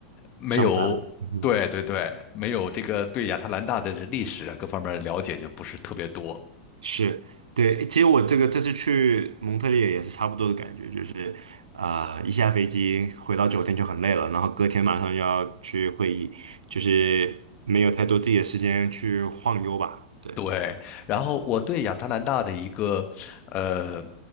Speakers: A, on the left; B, on the right.
A: 没有，
B: 上班了，嗯哼。
A: 对对对，没有这个对亚特兰大的这历史啊各方面了解就不是特别多。
B: 是，对，其实我这个这次去蒙特利尔也是差不多的感觉，就是啊、呃一下飞机回到酒店就很累了，然后隔天马上又要去会议，就是没有太多自己的时间去晃悠吧。对，
A: 对，然后我对亚特兰大的一个呃